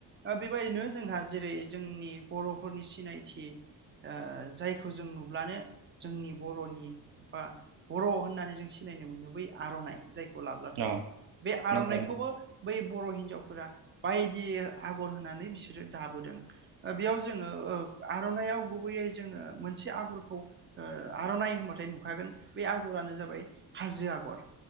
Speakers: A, on the right; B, on the right.
A: अ बेबायदिनो जोंहा जेरै जोंनि बर' सिनायथि आ जायखौ जों नुब्लानो जोंनि बर'नि बा बर' होननानै जों सिनायनो मोनो। बै आर'इ नाय जाय लाब्लाथाय
B: अ
A: बे आर'नाइखौबो
B: नंगौ नंगौ
A: बै बर' हिनजावफोरा बायदि आगर होनानै बिसोरो दाबोदों बेयाव जोङो आर'नाइाव गुबैयै जोङो मोनसे आगरखौ आर'नाइ होनबाथाय नुखागोन बे आगरानो जाबाय हाजो आगर